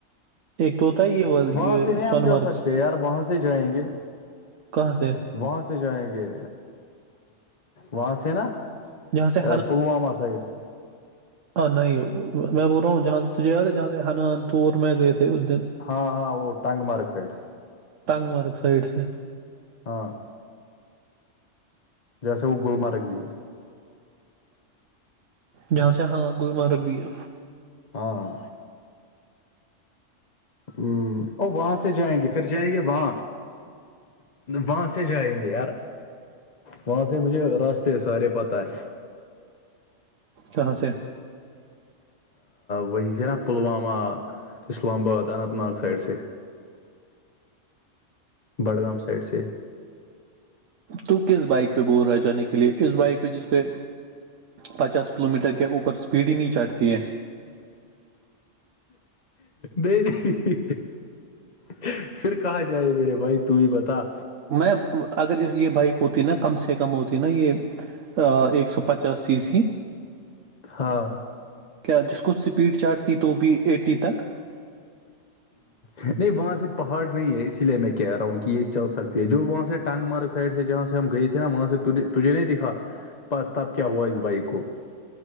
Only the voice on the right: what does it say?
ایک تو ہے یہ وال
یہ
سون
مرگس
کہاں سے
جہاں سے
ہاں نہیں وہ میں بول رہا ہوں جہاں سے تجھے یاد ہے جہاں سے حنان ور میں گئے تھے اس دن
نگ مرگ سائڈ سے سے
جہاں سے ہاں گلمرگ بھی ہے
ااں سا
تو کس بائک پہ بول رہا جانے کے لے اس بائک پہ جس پہ پچاس کلو میٹر کے اوپر اسپیڈ ہی نہیں چٹتی ہے
میں اگر یہ بائک ہوتی نا کم سے کم ہوتی نا یہ ایک سو پچا سیس
کیا جس کو اسپیڈ چارٹ تھی تو بھی اےٹی تک